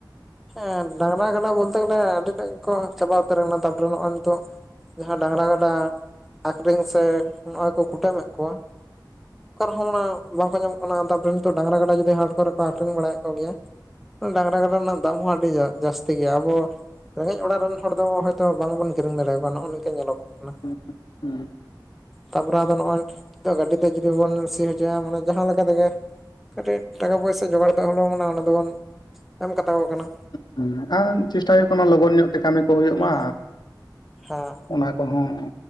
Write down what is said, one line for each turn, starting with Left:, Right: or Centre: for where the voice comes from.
Centre: ᱦᱮᱸ ᱰᱟᱝᱨᱟ ᱠᱟᱰᱟ ᱵᱚᱞᱛᱮ ᱜᱮᱞᱮ ᱟᱹᱰᱤ ᱴᱟᱜ-ᱜᱮ ᱠᱚ ᱪᱟᱵᱟ ᱩᱛᱟᱹᱨ ᱠᱟᱱᱟ ᱛᱟᱯᱚᱨᱮ ᱱᱚᱜ-ᱚᱭ ᱱᱤᱛᱚᱜ ᱡᱟᱦᱟᱸ ᱰᱟᱝᱨᱟ ᱠᱟᱰᱟ ᱟᱹᱠᱷᱨᱤᱧ ᱥᱮ ᱱᱚᱜ-ᱚᱭ ᱠᱚ ᱠᱩᱴᱟᱹᱢᱮᱫ ᱠᱚᱣᱟ᱾ ᱚᱠᱟ ᱨᱮᱦᱚᱸ ᱢᱟ ᱵᱟᱝᱠᱚ ᱧᱟᱢᱚᱜ ᱠᱟᱱᱟ᱾ ᱛᱟᱨᱯᱚᱨᱮ ᱱᱤᱛᱚᱜ ᱰᱟᱝᱨᱟ ᱠᱟᱰᱟ ᱡᱩᱫᱤ ᱦᱟᱴ ᱠᱚᱨᱮ ᱠᱚ ᱟᱹᱠᱷᱨᱤᱧ ᱵᱟᱲᱟᱮᱫ ᱠᱚ ᱜᱮᱭᱟ᱾ ᱰᱟᱝᱨᱟ ᱠᱟᱰᱟ ᱨᱮᱱᱟᱜ ᱫᱟᱢ ᱦᱚᱸ ᱟᱹᱰᱤ ᱡᱟᱹᱥᱛᱤ ᱜᱮᱭᱟ᱾ ᱟᱵᱚ ᱨᱮᱸᱜᱮᱡᱽ ᱚᱲᱟᱜ ᱨᱮᱱ ᱦᱚᱲ ᱫᱚ ᱦᱳᱭᱛᱳ ᱵᱟᱝᱵᱚᱱ ᱠᱤᱨᱤᱧ ᱫᱟᱬᱮᱭᱟ ᱠᱚᱣᱟ᱾ ᱱᱚᱜᱼᱚᱭ ᱱᱤᱝᱠᱟ ᱧᱮᱞᱚᱜᱚᱜ ᱠᱟᱱᱟ
Left: ᱦᱩᱸ ᱦᱩᱸ
Centre: ᱛᱟᱯᱚᱨᱮ ᱟᱫᱚ ᱱᱚᱜᱼᱚᱭ ᱱᱤᱛᱚᱜ ᱜᱟᱹᱰᱤ ᱛᱮ ᱡᱩᱫᱤ ᱵᱚᱱ ᱥᱤ ᱦᱚᱪᱚᱭᱟ ᱢᱟᱱᱮ ᱡᱟᱦᱟᱸ ᱞᱮᱠᱟ ᱛᱮᱜᱮ ᱠᱟᱹᱴᱤᱡ ᱴᱟᱠᱟ ᱯᱚᱭᱥᱟᱹ ᱡᱚᱜᱟᱲ ᱠᱟᱜ ᱦᱚᱞᱳ ᱢᱟᱱᱮ ᱚᱱᱟ ᱫᱚᱵᱚᱱ ᱮᱢ ᱠᱟᱛᱟ ᱠᱚ ᱠᱟᱱᱟ᱾
Left: ᱦᱩᱸ ᱟᱨ ᱪᱮᱥᱴᱟᱭ ᱦᱩᱭᱩᱜ ᱠᱟᱱᱟ ᱞᱚᱜᱚᱱ ᱧᱚᱜ ᱠᱟᱹᱢᱤ ᱠᱚ ᱦᱩᱭᱩᱜ ᱢᱟ
Centre: ᱦᱮᱸ ᱦᱮᱸ
Left: ᱚᱱᱟ ᱠᱚᱦᱚᱸ